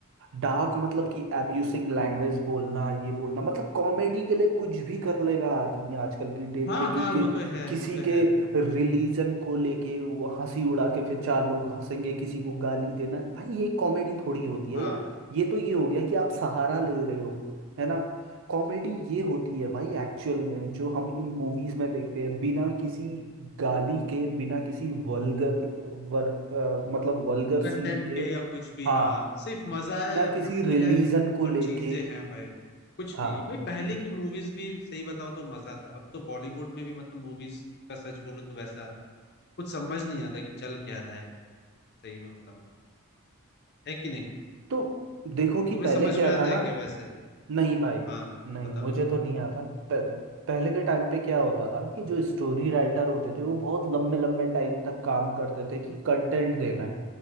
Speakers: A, on the right; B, on the left.
A: डार्क मतलब कि एब्यूसिंग लैंग्वेज बोलना ये बोलना मतलब कॉमेडी के लिए कुछ भी कर लेगा आदमी आजकल की डेट
B: हाँ
A: पे कि,
B: हाँ
A: कि
B: वो तो है
A: किसी
B: वो तो
A: के
B: है
A: रिलीजन को लेके वो हंसी उड़ा के फिर चार लोग हंसेंगे किसी को गाली देना भाई ये कॉमेडी थोड़ी होती है
B: हाँ
A: यार ये तो ये हो गया कि आप सहारा ले रहे हो है ना कॉमेडी ये होती है भाई एक्चुअल में जो हम इन मूवीज में देखते हैं बिना किसी गाली के बिना किसी वल्गर वर, अ, मतलब वल्गर
B: कंटेंट
A: सीन के
B: के या कुछ भी
A: हाँ
B: हाँ सिर्फ मजा है
A: या किसी
B: हंसी
A: रिलीजन
B: है
A: को
B: और
A: लेके
B: चीजें हैं भाई कुछ
A: हाँ
B: नहीं भाई पहले की मूवीज भी सही बताओ तो मजा था अब तो बॉलीवुड में भी मतलब मूवीज का सच बोलो तो वैसा कुछ समझ नहीं आता कि चल क्या रहा है इनका सही में बताओ तो है कि नहीं
A: तो देखो कि
B: तुम्हें
A: पहले
B: समझ
A: क्या
B: में आता
A: था ना
B: है क्या वैसे
A: नहीं भाई
B: हाँ
A: नहीं
B: बताओ
A: मुझे तो नहीं आता प- पहले के टाइम पे क्या होता था ना कि जो स्टोरी राइटर होते थे वो बहुत लंबे लंबे टाइम तक काम करते थे कि कंटेंट देना है